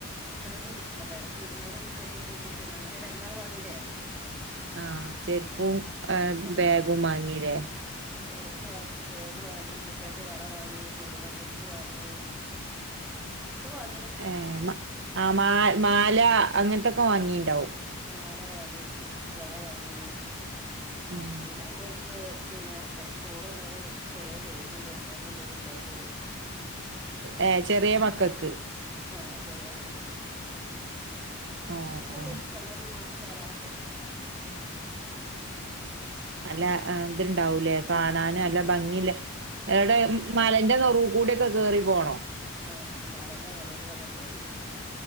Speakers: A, in the centre; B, on the right.
A: അത്രൊനും ഇല്ല അവിടെ ഇരുന്നൂറ് ഉറുപൃ കെടുത്തിട്ട് കിട്ടീണ് അങ്ങനെ രണ്ടാള് വാങ്ങീല്ലേ
B: ആഹ് ചെരുപ്പവും
A: അപ്പ ആഹ്
B: ബാഗും വാങ്ങീലേ
A: ചെരുപ്പ് വാങ്ങി ബേഗ് വാങ്ങി കുട്ടികക്ക് വള വാങ്ങി <unintelligible> വാങ്ങി ഓക്കവാങ്ങിണ്
B: ഏഹ് ആഹ് മാ മാല അങ്ങനത്തൊക്കെ വാങ്ങിണ്ടാവും
A: ആഹ് മാല വാങ്ങി വള വാങ്ങി
B: ഉം
A: പിന്നെ ഒരു പിന്നെ തോളിഇടുണ ഒര് ചെറിയ ബേഗുണ്ട് ബേഗണ്ട് കുട്ടികക്ക്
B: ഏഹ് ചെറിയ മക്കക്ക്
A: ആഹ് ചെറിയ മക്കക്ക്
B: ആഹ്
A: രസോണ്ട്
B: ആഹ്
A: സംഗതി അത് കാണാനൊക്കെ
B: അല്ലാ ആഹ് അത്ണ്ടാവുലേ കാണാന്
A: ഉം
B: നല്ലെ ഭംങ്ങിയില്ലേ എവുടെ
A: ആഹ് ഉണ്ട്
B: മലെന്റെ നെറൂകൂടക്കെ കേറി പോണോ
A: ആഹ് മലെന്റെ നെറൂ കൂടൊക്കെ കേറീനി